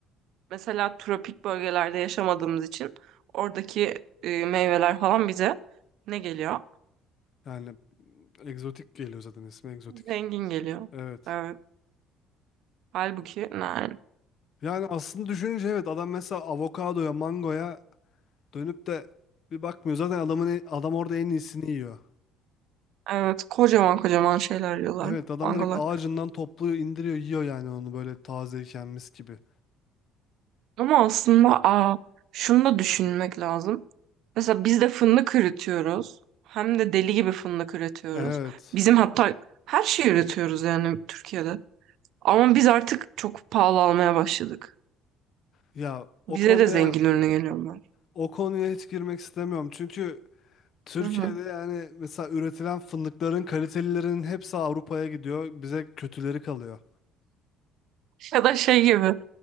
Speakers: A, on the right; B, on the left.
A: Mesela tropik bölgelerde yaşamadığımız için oradaki e, meyveler falan bize ne geliyor?
B: Yani Egzotik geliyor zaten ismi egzotik.
A: Zengin geliyor.
B: Evet.
A: Evet. Halbuki yani
B: Yani aslında düşününce evet adam mesela avokadoya, mangoya dönüp de bir bakmıyor. Zaten adamın e- adam orada en iyisini yiyor.
A: evet kocaman kocaman şeyler yiyorlar
B: Evet adam
A: mangolar.
B: direkt ağacından topluyor, indiriyor, yiyor yani onu böyle tazeyken mis gibi.
A: Ama aslında aa, şunu da düşünmek lazım. Mesela biz de fındık üretiyoruz. Hem de deli gibi fındık üretiyoruz.
B: Evet.
A: Bizim hatta her şeyi üretiyoruz yani Türkiye'de. Ama biz artık çok pahalı almaya başladık.
B: Ya o
A: Bize
B: konuya
A: de zengin ürünü geliyorlar.
B: o konuya hiç girmek istemiyorum. Çünkü Türkiye'de
A: Hı hı.
B: yani mesela üretilen fındıkların kalitelilerinin hepsi Avrupa'ya gidiyor. Bize kötüleri kalıyor.
A: Ya da şey gibi